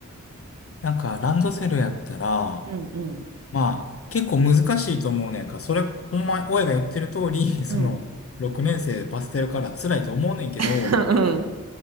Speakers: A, on the left (about 50°); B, on the right (about 55°).
A: なんかランドセルやったら、
B: うんうん、
A: まあ、結構難しいと思うねんか。それ、ほんま、親が言ってる通り、<laughs> その、
B: うん
A: 6年生でパステルカラー辛いと思うねんけど、
B: <laughs>、うん、